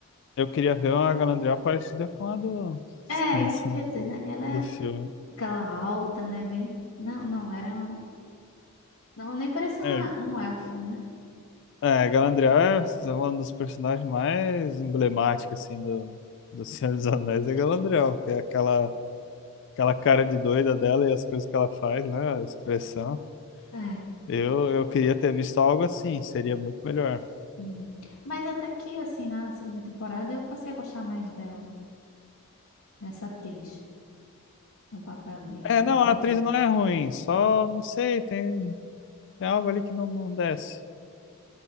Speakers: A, on the left; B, on the left.
A: eu queria ver uma Galadriel parecida com a do,
B: É,
A: <laughs>
B: isso
A: do,
B: quer dizer, né? Ela
A: do
B: é
A: filme.
B: aquela alta, né? Bem. Não, não, era. uma- Não, nem parecia
A: É,
B: uma- um elfo, né?
A: é, Galadriel é um dos personagens mais emblemáticos, assim, do, do Senhor dos Anéis, é Galadriel, porque é aquela, aquela cara de doida dela e as coisas que ela faz, né, a expressão.
B: É.
A: Eu, eu queria ter visto algo assim, seria muito melhor.
B: Uhum. Mas até que, assim, na segunda temporada, eu passei a gostar mais dela, dessa atriz, no papel de
A: É,
B: Galadriel.
A: não, a atriz não é ruim, só, não sei, tem, tem algo ali que não, não desce.